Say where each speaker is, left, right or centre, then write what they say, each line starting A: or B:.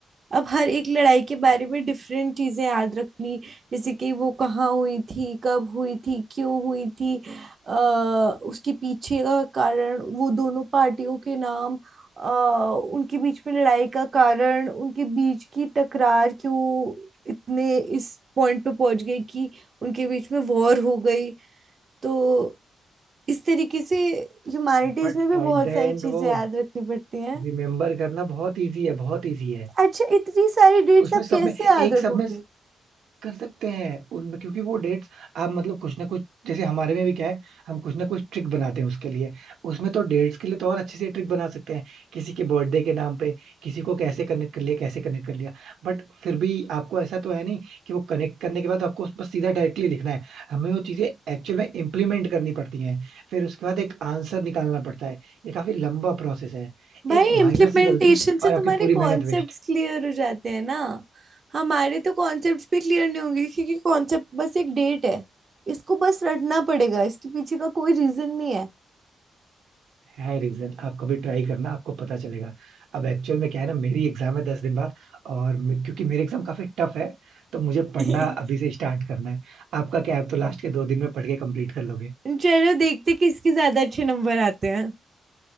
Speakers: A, on the right (about 40°); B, on the right (about 80°).
A: अब हर एक लड़ाई के बारे में डिफरेंट चीजें याद रखनी जैसे कि वो कहाँ हुई थी कब हुई थी क्यों हुई थी अ, उसके पीछे का कारण वो दोनों पार्टियों के नाम अ, उनके बीच में लड़ाई का कारण उनके बीच की टकरार क्यों इतने इस पॉइंट पे पहुंच गई कि उनके बीच में वॉर हो गई तो इस तरीके से ह्यूमैनिटीज
B: बट
A: में भी बहुत
B: एट द एंड
A: सारी चीजें
B: वो
A: याद रखनी पड़ती हैं
B: रिमेम्बर करना बहुत इजी है बहुत इजी है
A: अच्छा इतनी सारी
B: क्योंकि
A: डेट्स
B: उसमें
A: आप
B: सब
A: कैसे
B: में
A: याद
B: एक
A: रखोगे
B: सब में कर सकते हैं उनमें क्योंकि वो डेट्स आप मतलब कुछ ना कुछ जैसे हमारे में भी क्या है हम कुछ ना कुछ ट्रिक बनाते हैं उसके लिए उसमें तो डेट्स के लिए तो और अच्छे से ट्रिक बना सकते हैं किसी के बर्थडे के नाम पे किसी को कैसे कनेक्ट कर लिया कैसे कनेक्ट कर लिया बट फिर भी आपको ऐसा तो है नहीं कि वो कनेक्ट करने के बाद आपको बस सीधा डायरेक्टली लिखना है हमें वो चीजें एक्चुअल में इम्प्लीमेंट करनी पड़ती हैं फिर उसके बाद एक आंसर निकालना पड़ता है ये काफी लंबा प्रोसेस है
A: भाई
B: एक
A: इम्प्लीमेंटेशन
B: माइनर सी गलती
A: से
B: और आपकी
A: तुम्हारे
B: पूरी
A: कॉन्सेप्ट्स
B: मेहनत वेस्ट
A: क्लियर हो जाते हैं ना हमारे तो कॉन्सेप्ट्स भी क्लियर नहीं होंगे क्योंकि कॉन्सेप्ट बस एक डेट है इसको बस रटना पड़ेगा इसके पीछे का कोई रीजन नहीं है
B: है रीजन आप कभी ट्राई करना आपको पता चलेगा अब एक्चुअल में क्या है ना मेरी एग्जाम है दस दिन बाद और मे- क्योंकि मेरे एग्जाम काफी टफ है तो मुझे पढ़ना
A: <laughs>
B: अभी से स्टार्ट करना है आपका क्या है आप तो लास्ट के दो दिन में पढ़ के कंप्लीट कर लोगे
A: चलो देखते किसके ज्यादा अच्छे नंबर आते हैं